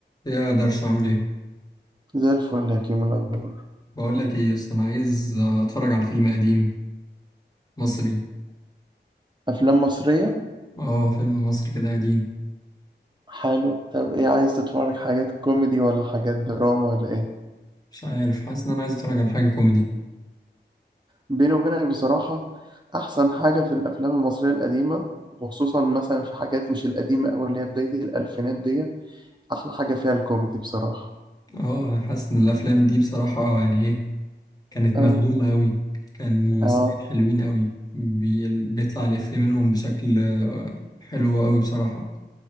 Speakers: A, on the left (about 20°); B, on the right (about 25°).
A: يا درش عامل ايه
B: زي الفل يا كيمو إيه الأخبار
A: بقول لك ايه يا اسطى انا عايز آه، اتفرج على فيلم قديم مصري
B: أفلام مصرية
A: اه فيلم مصري كده قديم
B: حلو طب إيه عايز تتفرج حاجات كوميدي ولا حاجات دراما ولا إيه
A: مش عارف حاسس ان انا عايز اتفرج على حاجه كوميدي
B: بيني وبينك بصراحة أحسن حاجة في الأفلام المصرية القديمة وخصوصا مثلا في حاجات مش القديمة أو اللي هي بداية الألفينات دي أحلى حاجة فيها الكوميدي بصراحة
A: اه حاسس ان الافلام دي بصراحه يعني ايه كانت
B: آه
A: مخدومه قوي كان ممثلين
B: آه
A: حلوين قوي بي... بيطلع الافيه منهم بشكل آه، حلو قوي بصراحه